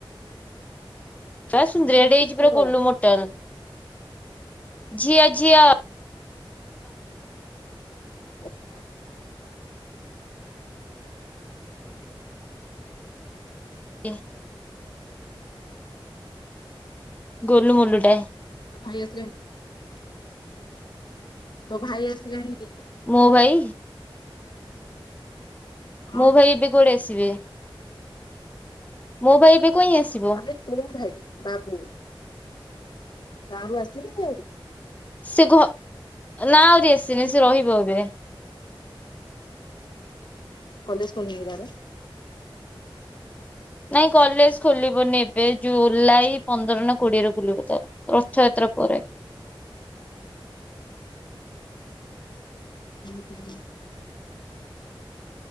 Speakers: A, on the left; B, on the left.
A: ପୁରା ସୁନ୍ଦରିଆଟିଏ
B: ଝିଅ କି
A: ହେଇଚି
B: ପୁଅ?
A: ପୁରା ଗୋଲୁ ମୋଟଲ। ଝିଅ ଝିଅ।
B: ହଁ।
A: <inaudible> ଗୋଲୁ ମଲୁ ଟାଏ।
B: ତ ଭାଇ ଆସିଲାଣି। ତୋ ଭାଇ ଆସିଲାଣି କି?
A: ମୁଁବାଇ?
B: ହଁ
A: ମୁଁ ଭାଇ ଏବେ କୁଆଡ଼େ ଆସିବେ, ମୋ ଭାଇ ଏବେ କାଇଁ ଆସିବ
B: ଆ-ମେ ଦୁଇ ଭାଇ, ବାବୁ ଗାଁ ରୁ ଆସିଥିଲେ ଯାଇ
A: ସେ ଘ ନା ଆହୁରି ଆସିନି ସେ ରହିବ ଏବେ। ହ
B: କଲେଜ ଖୋଲିନି କି ତାର?
A: ନାଇଁ କଲେଜ ଖୋଲିବନି ଏବେ ଜୁଲାଇ ପନ୍ଦର ନା କୋଡିଏରେ ଖୋଲିବ ତାଉ ରଥଯାତ୍ରା ପରେ
B: ହୁଁ ହୁ ହୁଁ।